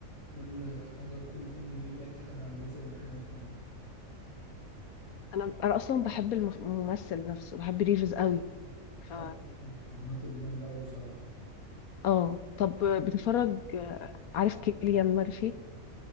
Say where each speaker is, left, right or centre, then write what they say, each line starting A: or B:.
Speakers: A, on the left (about 55°); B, on the left (about 85°).
A: كل حاجه وكل فيلم وليه بيحكي حاجه عن جزء من حياته يعني
B: أنا أنا أصلا بحب المف- الممثل نفسه بحب ريفز قوي ف
A: حصل الجامده قوي بصراحه
B: اه طب بتتفرج آه، عارف كيليان مارفي